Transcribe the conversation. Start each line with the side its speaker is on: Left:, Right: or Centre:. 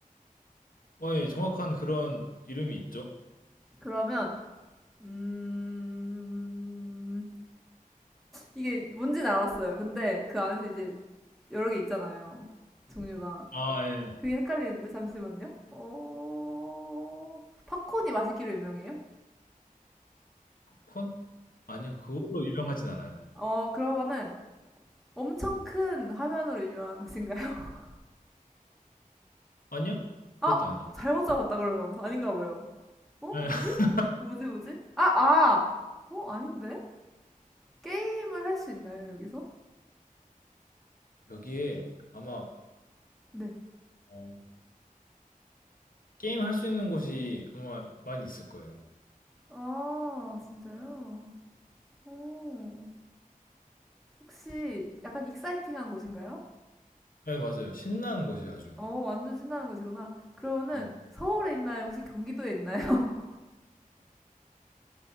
Left: 어, 예, 정확한 그런 이름이 있죠.
Centre: 그러면 음, 이게 뭔지는 알았어요. 근데 그 안에서 이제 여러 개 있잖아요. 종류가.
Left: 아, 예.
Centre: 그게 헷갈리는데, 잠시만요. 어, 팝콘이 맛있기로 유명해요?
Left: 콘? 아니요, 그걸로 유명하진 않아요.
Centre: 어, 그러면은 엄청 큰 화면으로 유명한 것인가요?
Left: 아니요?
Centre: <laughs> 아!
Left: 그것도 아니에요.
Centre: 잘못 잡았다, 그러면. 아닌가 봐요. 어,
Left: 예.
Centre: 뭐지?
Left: <laughs>
Centre: 뭐지, 뭐지? 아, 아! 어, 아닌데? 게임을 할 수 있나요, 여기서?
Left: 여기에 아마,
Centre: 네.
Left: 어, 게임 할 수 있는 곳이 아마 많이 있을 거예요.
Centre: 아, 진짜요? 어. 혹시 약간 익사이팅한 곳인가요?
Left: 네, 맞아요. 신나는 곳이 아주.
Centre: 어, 완전 신나는 곳이구나. 그러면은
Left: 예.
Centre: 서울에 있나요? 혹시 경기도에 있나요? <laughs>